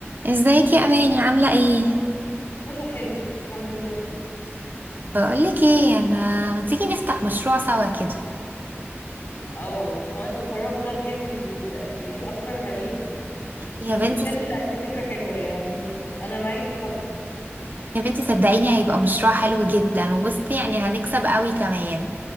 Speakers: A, on the right; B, on the left.
A: ازيك يا اماني عامله ايه
B: كله حلو الحمد لله
A: بقولك ايه انا ما تيجي نفتح مشروع سوا كده
B: اه وقت الفراغ ده بيعمل بيجيب افكار غريبه
A: يا
B: بس
A: بنتي
B: بجد لا دي فكره حلوه يعني انا معاكي طب
A: يا بنتي صدقيني هيبقى مشروع حلو جدا وبصي يعني هنكسب قوي كمان